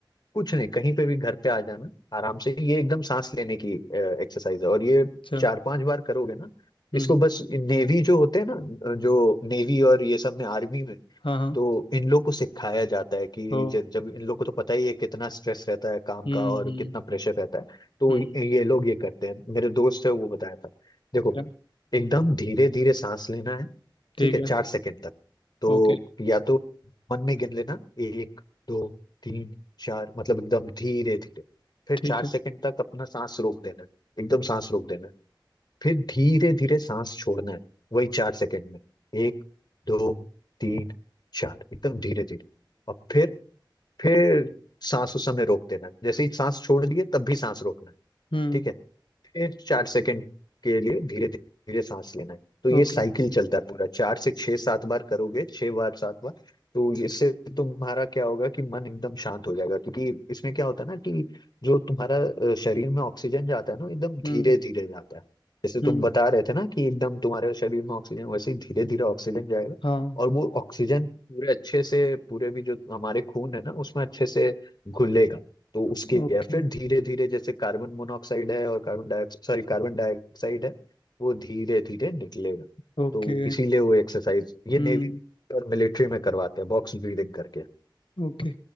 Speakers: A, on the left (about 55°); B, on the left (about 80°).
A: कुछ नहीं कहीं पे भी घर पे आ जाना आराम से ये एकदम सांस लेने की एक्सरसाइज है और ये
B: अच्छा
A: चार पांच बार करोगे ना
B: हम्म
A: इसको
B: हम्म,
A: बस नेवी जो होते हैं ना जो नेवी और ये सब में आर्मी में
B: हाँ हाँ
A: तो इन लोग को सिखाया जाता है कि
B: ओ
A: जब जब इन लोग को तो पता ही है कितना स्ट्रेस रहता है काम
B: हम्म
A: का और
B: हम्म
A: कितना प्रेशर रहता है तो
B: हम्म
A: ये ये लोग ये करते हैं मेरे दोस्त है वो बताया था देखो
B: क्या
A: एकदम धीरे धीरे सांस लेना है
B: ठीक
A: ठीक है चार
B: है
A: सेकंड तक तो
B: ओके
A: या तो मन में गिन लेना एक दो तीन चार मतलब एकदम धीरे धीरे फिर
B: ठीक
A: चार
B: है
A: सेकंड तक अपना सांस रोक देना है एकदम सांस रोक देना है फिर धीरे धीरे सांस छोड़ना है वही चार सेकंड में एक दो तीन चार एकदम धीरे धीरे और फिर फिर सांस उस समय रोक देना है जैसे ही सांस छोड़ लिए तब भी सांस रोकना है
B: हम्म
A: ठीक है फिर चार सेकंड के लिए धीरे धीरे सांस लेना है तो ये
B: ओके
A: साइकिल चलता है पूरा चार से छह सात बार करोगे छह बार सात बार तो इससे तुम्हारा क्या होगा कि मन एकदम शांत हो जाएगा क्योंकि इसमें क्या होता है ना कि जो तुम्हारा अ, शरीर में ऑक्सीजन जाता है ना एकदम धीरे
B: हम्म
A: धीरे जाता है जैसे तुम
B: हम्म
A: बता रहे थे ना कि एकदम तुम्हारे शरीर में ऑक्सीजन वैसे ही धीरे धीरे ऑक्सीजन जाएगा
B: हाँ
A: और वो ऑक्सीजन पूरे अच्छे से पूरे भी जो हमारे खून है ना उसमें अच्छे से घुलेगा तो उसके लिए
B: ओके
A: फिर धीरे धीरे जैसे कार्बन मोनोऑक्साइड है और carbon dioxide sorry carbon dioxide है वो धीरे धीरे निकलेगा
B: ओके
A: तो इसीलिए वो एक्सरसाइज ये
B: हम्म
A: नेवी और मिलिट्री में करवाते हैं बॉक्स ब्रीदिंग करके
B: ओके